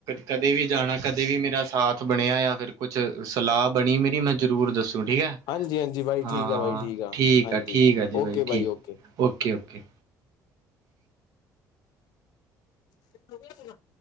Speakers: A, on the right; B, on the left.
A: ਕਦੇ ਵੀ ਜਾਣਾ ਕਦੇ ਵੀ ਮੇਰਾ ਸਾਥ ਬਣਿਆ ਯਾ ਫਿਰ ਕੁਛ ਸਲਾਹ ਬਣੀ ਮੇਰੀ, ਮੈਂ ਜ਼ਰੂਰ ਦੱਸੂ ਠੀਕ ਐ।
B: ਹਾਂਜੀ ਹਾਂਜੀ ਬਾਈ
A: ਹਾਂ,
B: ਠੀਕ ਆ ਬਾਈ
A: ਠੀਕ
B: ਹਾਂਜੀ
A: ਆ, ਠੀਕ ਆ ਜੀ
B: ਓਕੇ
A: ਬਾਈ, ਠੀਕ।
B: ਓਕੇ
A: ਓਕੇ-ਓਕੇ।
B: ਕਿੱਥੋ ਗਿਆ ਸੀਗਾ?